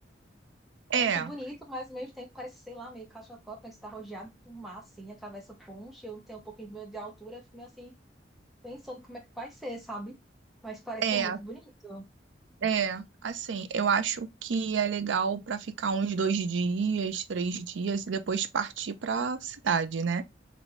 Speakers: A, in the centre; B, on the right.
A: <laughs> Parece
B: É,
A: bonito, mas ao mesmo tempo parece, sei lá, meio claustrofóbica, estar rodeado por mar, assim, atravessa ponte, eu tenho um pouquinho de medo de altura, eu fico meio assim, pensando como é que vai ser, sabe? Mas parece
B: é.
A: ser muito bonito,
B: É, assim, eu acho que é legal para ficar uns dois dias, três dias e depois partir para cidade, né?